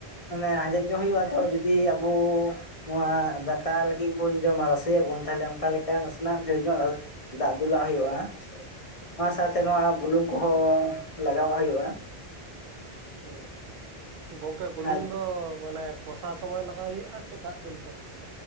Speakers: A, on the left; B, on the right.
A: ᱢᱟᱱᱮ ᱟᱸᱡᱮᱫ ᱧᱚᱜ ᱦᱩᱭᱩᱜ-ᱟ ᱚᱫᱚ ᱡᱩᱫᱤ ᱟᱵᱚ ᱱᱚᱣᱟ ᱫᱟᱠᱟ ᱞᱟᱹᱜᱤᱫ ᱵᱚᱱ ᱡᱚᱢᱟ ᱨᱟᱥᱮᱭᱟᱵᱚᱱ ᱛᱟᱞᱦᱮ ᱚᱱᱠᱟ ᱞᱮᱠᱟ ᱱᱟᱥᱮᱱᱟᱜ ᱰᱷᱮᱨ ᱧᱚᱜ ᱫᱟᱜ ᱫᱩᱞᱟᱜ ᱦᱩᱭᱩᱜᱼᱟ, ᱚᱱᱟ
B: ᱟᱪᱪᱷᱟ
A: ᱥᱟᱶᱛᱮ ᱱᱚᱣᱟ ᱵᱩᱞᱩᱝ ᱠᱚᱦᱚᱸ ᱞᱟᱜᱟᱣᱟᱜ ᱦᱩᱭᱩᱜᱼᱟ᱾
B: ᱚ᱾ ᱜᱚᱝᱠᱮ ᱵᱩᱞᱩᱝ
A: ᱟᱨ
B: ᱫᱚ ᱢᱟᱱᱮ ᱠᱚᱥᱟᱣ ᱥᱚᱢᱚᱭ ᱞᱟᱜᱟᱣ ᱦᱩᱭᱩᱜᱼᱟ ᱥᱮ ᱫᱟᱜ ᱫᱩᱞ ᱯᱚᱨᱮ?